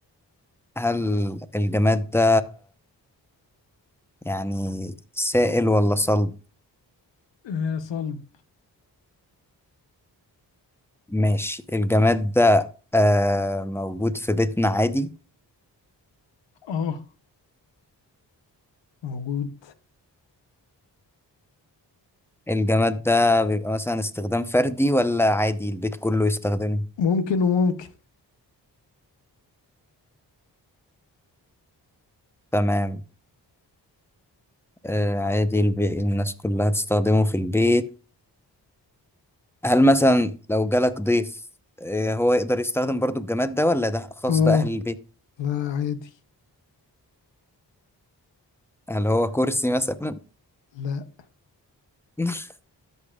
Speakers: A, in the centre; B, on the left.
A: هل الجماد ده يعني سائل ولا صلب؟
B: آه صلب
A: ماشي الجماد ده آه موجود في بيتنا عادي
B: اه موجود
A: الجماد ده بيبقى مثلا استخدام فردي ولا عادي البيت كله يستخدمه؟
B: ممكن وممكن
A: تمام آه عادي البي... الناس كلها تستخدمه في البيت هل مثلا لو جالك ضيف آه، هو يقدر يستخدم برضو الجماد ده ولا ده خاص
B: اه
A: بأهل البيت؟
B: لا عادي
A: هل هو كرسي مثلا
B: لا
A: <laughs>